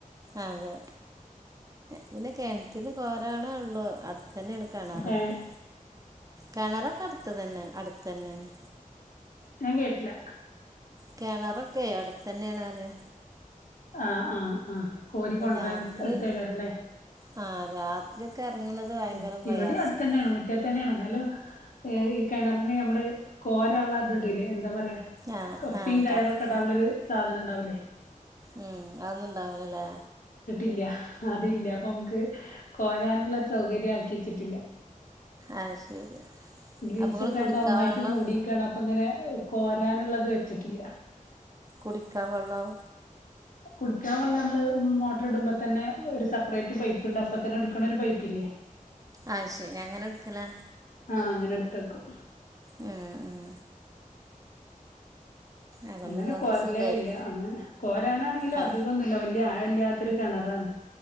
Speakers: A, on the right; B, on the left.
A: അതെ പിന്നെ കിണറ്റിന്ന് കോരാണേ ഉള്ളു അടുത്ത തന്നെയാണ് കാണാറൊക്കെ
B: ഏഹ്
A: കിണറൊക്കെ അടുത്തതന്നെ അടുത്ത തന്നെയാണ്
B: ഞാൻ കേട്ടില്ല
A: കേണറൊക്കെ അടുത്തതന്നെ ണറേ
B: ആഹ ആഹ ആഹ കോരി കൊണ്ടൻ
A: രാത്രി
B: എടുത്തേക്കാരല്ലേ
A: ആ <unintelligible> ഭയങ്കര
B: ഉം
A: പ്രയാസമാണ്
B: ഇവിടെ അടുത് തന്നെയാണ് മുറ്റത്ത് തന്നെയാണത് <unintelligible> ഈ കിണറിന് നമ്മളെ കോരാള്ള എന്താ പറയാ
A: ആ
B: കപ്പിയും
A: ആ
B: കയറൊക്കെ
A: കപ്പ
B: ഇടാനുള്ളൊരു സാധനം ഉണ്ടാവൂലേ ഉ
A: ഉം അതൊന്നും ഉണ്ടാവിലല്ലേ
B: ഇല്ല അതില്ല അപ്പ നമുക്ക് <unintelligible> കോരാനുള്ള സൗകര്യം ആക്കി വച്ചിട്ടില്ല
A: ആഹ ശരി
B: ഗ്രിൽസ്
A: അപ്പം നിങ്ങൾ
B: ഇട്ടാണ്ടൊന്നായിട്ട്
A: കുടിക്കാൻ വെള്ളം
B: മൂടിക്കാണ് അപ്പ ങ്ങനെ ഹ് കോരാനുള്ളത് വെച്ചിട്ടില്ല
A: കുടിക്ക വെള്ളം
B: കുടിക്കാൻ വള്ള മ്മള് മോട്ടർ ഇടുമ്പോ തന്നെ ഒരു സെപ്പറേറ്റ് പൈപ്പ്ണ്ട്. അപ്പൊ തന്നെ എടുക്കണ ഒരു പൈപ്പ്ല്ലേ
A: ആഹ് ശരി അങ്ങനെട്ക്കലാ
B: ആഹ് അങ്ങനെടുത്തെക്കും
A: ഉം ഉം അതുകൊണ്ട്
B: അങ്ങനെ
A: നിങ്ങൾക്ക്
B: കോരലേ
A: സുഖമായി
B: ഇല്ല അങ്ങനെ കോരാനാണെങ്കിലും
A: ആ
B: അധികൊന്നുല്ല വല്യ ആഴ ല്ല്യാത്തൊരു കെണറാണ്.